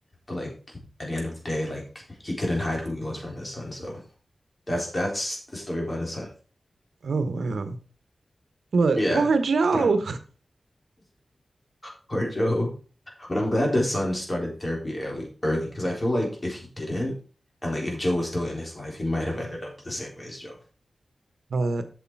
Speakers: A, on the left; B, on the right.
A: But like at the end of the day, like he couldn't hide who he was from his son. So that's that's the story about his son.
B: Oh, wow. Look,
A: Yeah,
B: poor Joe.
A: but I'm <laughs> poor Joe. But I'm glad the son started therapy early, early, because I feel like if he didn't, and like if Joe was still in his life, he might have ended up the same way as Joe.
B: <laughs> Uh,